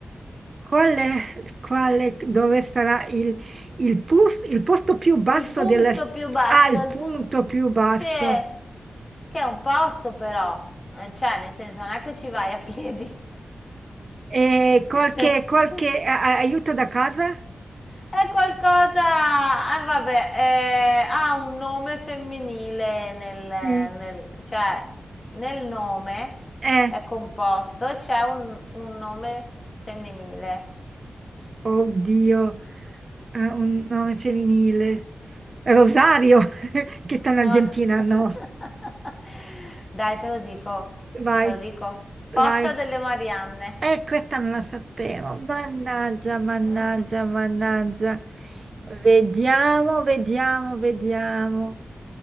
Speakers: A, on the right; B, on the left.
A: Qual è, qual è- dove sarà il, il pus- il posto più basso
B: Il punto
A: del...
B: più basso,
A: Ah, il
B: il
A: punto
B: punto...
A: più basso.
B: Sì, che è un posto però. Eh, Cioè, nel senso, non è che ci vai a piedi.
A: E qualche,
B: <laughs>
A: qualche a- a- aiuto da casa?
B: È qualcosa, eh, vabbè, eh, ha un nome femminile nel,
A: Sì.
B: nel- cioè, nel nome
A: Eh,
B: è composto e c'è un, un nome femminile.
A: oddio, eh, un nome femminile. Rosario, <laughs> che sta in Argentina,
B: Ma-
A: no.
B: <laughs> Dai, te lo dico,
A: Vai,
B: te lo dico. Fossa
A: vai.
B: delle Marianne.
A: Eh, questa non la sapevo. Mannaggia, mannaggia,
B: <laughs>
A: mannaggia. Vediamo, vediamo, vediamo.